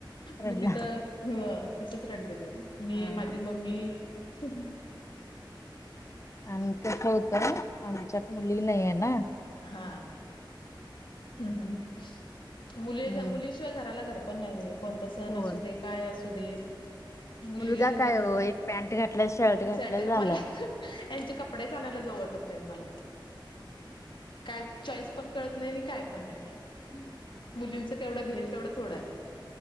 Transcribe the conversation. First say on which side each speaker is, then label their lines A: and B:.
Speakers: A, on the left; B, on the left.
A: मी
B: रडला.
A: तिथं ह तिथंच रडलेली मी
B: हा.
A: माझी मम्मी हम्म.
B: आणि कस होतं आमच्यात मुली नाही आहे ना
A: हा हम् हम मुली
B: हम्म.
A: मुलीशिवाय घराला घर पण नाही कोणता सण
B: होय
A: असू दे काय असू दे मुलगी
B: मुलगा
A: घरात
B: काय
A: असली
B: ओ एक पॅन्ट घातलं शर्ट घातलं
A: सट
B: झालं.
A: मला यांचे कपडेच आणायला जाऊ वाट मला काय चॉईस पण कळत नाही काय पण नाही मुलींचं केवढं घेईल तेवढा थोडा आहे